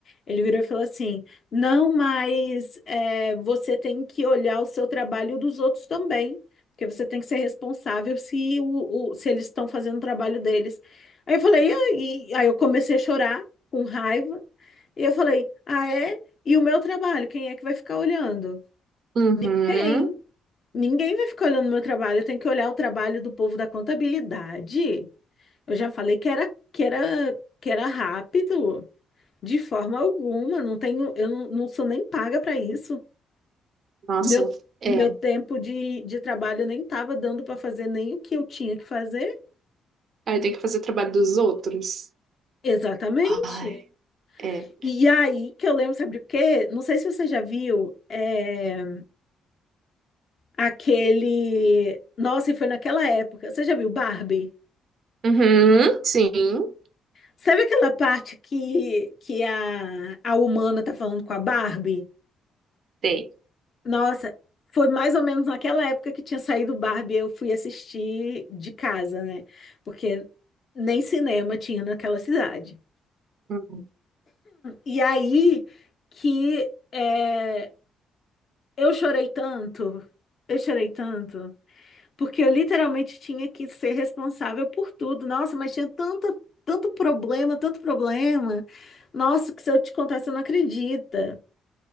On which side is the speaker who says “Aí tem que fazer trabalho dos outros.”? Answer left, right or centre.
Right